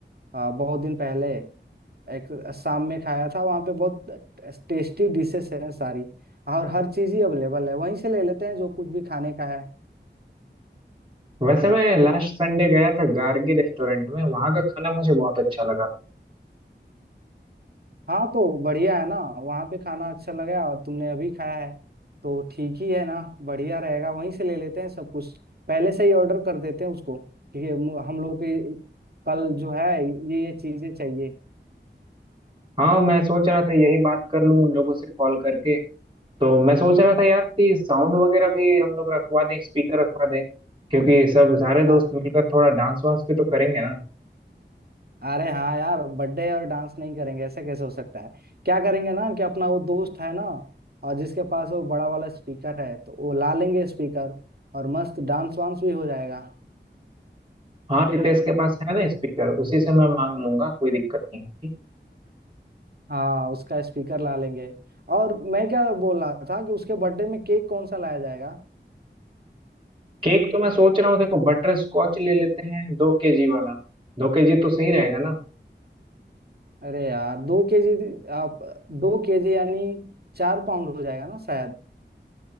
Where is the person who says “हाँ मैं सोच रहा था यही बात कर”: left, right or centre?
Right